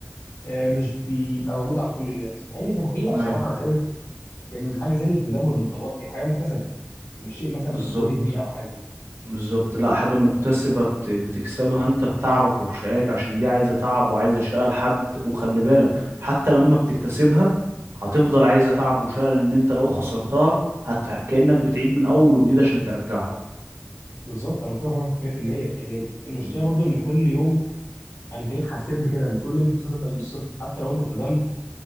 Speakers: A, on the left; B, on the right.
A: آه، مش بيبقى موجود عند كل الناس مع ان في الحقيقه بصراحه
B: ايوه
A: انا شايف ان حاجه زي الالتزام والانضباط هي حاجه مكتسبه مش شيء مثلا
B: بالظبط
A: بتتولد بيه او حاجه
B: بالظبط لا حاجة مكتسبة بت... بتكسبها انت بتعبك وبشقاك عشان دي عايزة تعب وعايزة شقة لحد وخلي بالك حتى لما بتكتسبها هتفضل عايزة تعب وشقة لان انت لو خسرتها حتى كأنك بتعيد من اول وجديد عشان ترجعها
A: بالظبط انا متفق معاك 100% يعني المشكله
B: بالظبط.
A: برضو ان كل يوم انت ليه حاسب كده ان كل يوم بتحس هتبدا من الصفر حتى لو انت التزمت